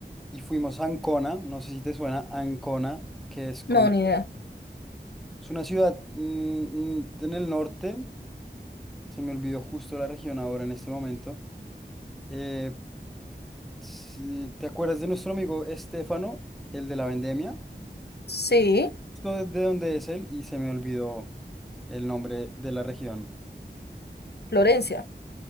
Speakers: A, in the centre; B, on the left.
A: y fuimos a Ancona, no sé si te suena, Ancona, que es como,
B: No, ni idea.
A: es una ciudad mm, mm, en el norte, se me olvidó justo la región ahora en este momento. Eh, si- ¿te acuerdas de nuestro amigo Estefano, el de la vendemia?
B: Sí,
A: Justo de de dónde es él y se me olvidó el nombre de la región.
B: Florencia.